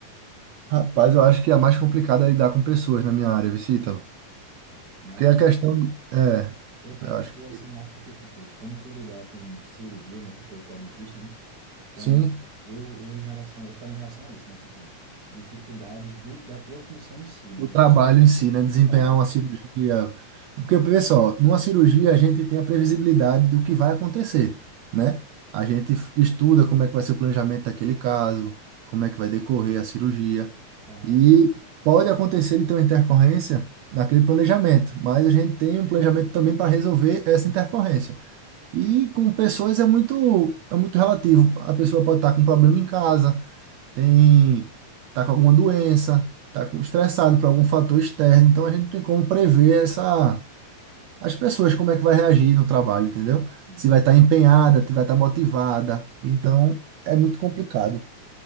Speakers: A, on the right; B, on the right.
A: Rapaz, eu acho que a mais complicada é lidar com pessoas na minha área, Vicítalo.
B: Mas
A: Porque a questão é,
B: eu perguntei
A: eu acho que
B: assim mais porque, tipo, como tu lidar com cirurgia, né? Tu falou que é dentista, né? Então,
A: sim.
B: eu, eu em relação, eu falei em relação a isso, né? Tipo, dificuldades do, da tua função em si, né?
A: o trabalho em si, né? Desempenhar
B: Trabalho.
A: uma cirurgia. Porque, pessoal, numa cirurgia a gente tem a previsibilidade do que vai acontecer, né? A gente f- estuda como é que vai ser o planejamento daquele caso, como é que vai decorrer a cirurgia.
B: Aham,
A: E pode acontecer de ter uma intercorrência naquele planejamento, mas a gente tem um planejamento também para resolver essa intercorrência. E com pessoas é muito, é muito relativo. A pessoa pode estar com um problema em casa, tem, tá com alguma doença, tá com- estressado por algum fator externo, então a gente não tem como prever essa, as pessoas como é que vai reagir no trabalho, entendeu?
B: sim.
A: Se vai estar empenhada, se vai estar motivada. Então, é muito complicado.
B: Entendi.